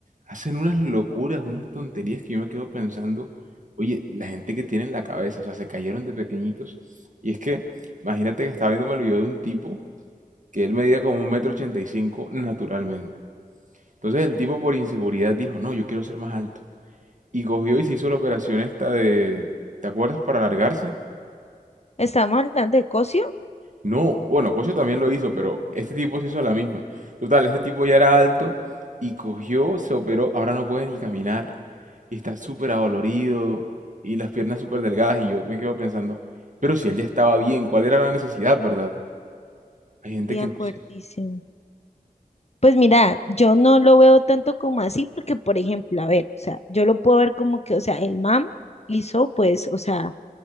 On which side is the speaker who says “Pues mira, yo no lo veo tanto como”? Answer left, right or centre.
Left